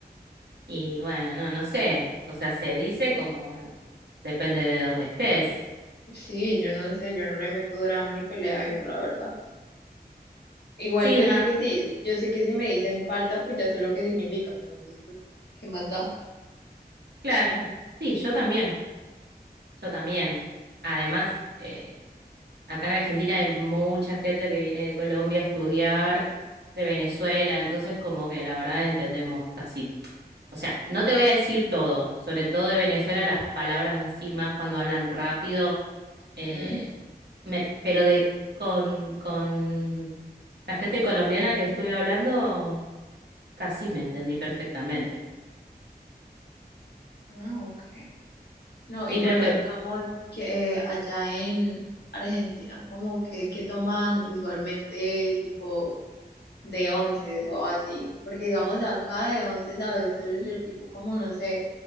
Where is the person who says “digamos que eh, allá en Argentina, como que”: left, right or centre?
Left